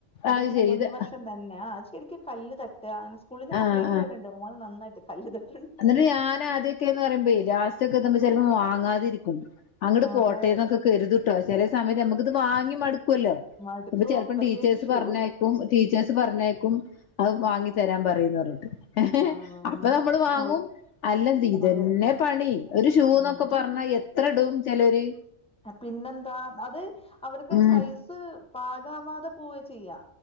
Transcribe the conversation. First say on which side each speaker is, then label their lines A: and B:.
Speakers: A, in the centre; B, on the left.
A: അതിങ്ങനെ
B: അത് ശരി
A: മുൻവശം
B: ഇത്
A: തന്നെ ആഹ് ശരിക്ക് കല്ല് തട്ട അങ്ങനെ സ്കൂളിന്ന്
B: ആഹ്
A: കംപ്ലയിന്റ് വര്ണണ്ട് മോന് നന്നായിട്ട് കല്ല് തട്ട്
B: അന്ന്ട്ട് ഞാൻ ആദ്യൊക്കെന്നറിയുമ്പേ ലാസ്റ്റ് ഒക്കെ എന്തുമ്പ ചെലപ്പോ വാങ്ങാതിരിക്കും അങ്ങട്ട്
A: ആഹ്
B: പോട്ടേന്നൊക്കെ
A: അതെ
B: കരുതുട്ടോ ചെലെ സമയത്ത് ഞമ്മക്ക് ഇത് വാങ്ങി മടുക്കുല്ലോ
A: മടുക്കും
B: പ്പൊ ചെൽപ്പോ
A: പ്രത്യേകിച്ച്
B: ടീച്ചേഴ്സ്
A: ഷൂ
B: പറഞ്ഞയക്കും ടീച്ചേഴസ് പറഞ്ഞയക്കും
A: ആഹ്
B: അഹ്
A: ആഹ്
B: വാങ്ങി തെരാൻ പറയ്ന്ന്റഞ്ഞിട്ട്
A: ആഹ്
B: അപ്പൊ നമ്മള് വാ
A: അവർ
B: വാങ്ങും അല്ല ഇതെന്നെ
A: അതെ
B: പണി ഒരു ഷൂന്നൊക്കെ
A: ഇതന്നെ
B: പറ്ന്നാ എത്ര ഇടും ചെലോര്
A: പിന്നെന്താ അത് അവർക്ക്
B: ഉം
A: സൈസ് പാകാവാതെ പോവ ചെയ്യാ